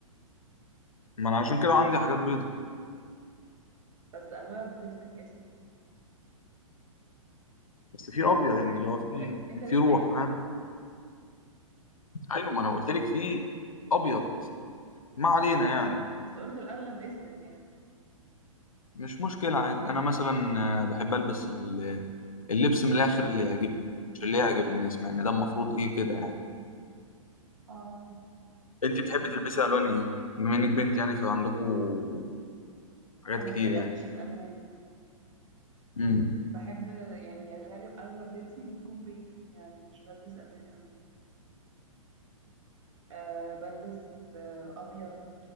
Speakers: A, on the left (about 75°); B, on the right (about 60°).
A: ما انا عشان كده عندي حاجات بيضة
B: بس اغلب لبسك اسود
A: بس في
B: انت
A: ابيض يعني اللي هو في
B: انت انت لسه
A: في روح
B: قايل
A: ها
B: كده
A: ايوه ما انا قلت لك في ابيض ما علينا يعني
B: بس قلت الأغلب أسود يعني
A: مش مشكلة عادي أنا مثلا آه، بحب ألبس ال- اللبس من الآخر اللي يعجبني مش اللي يعجب الناس مع إن ده المفروض إيه كده يعني
B: آه
A: أنت بتحبي تلبسي ألوان إيه؟ بما إنك بنت يعني فعندكوا حاجات
B: أنا
A: كتير
B: ما بحبش
A: يعني
B: الألوان
A: امم
B: بحب يعني غالب أغلب لبسي بيكون بيزكس يعني مش بلبس ألوان أوي يعني أه بلبس آه، أبيض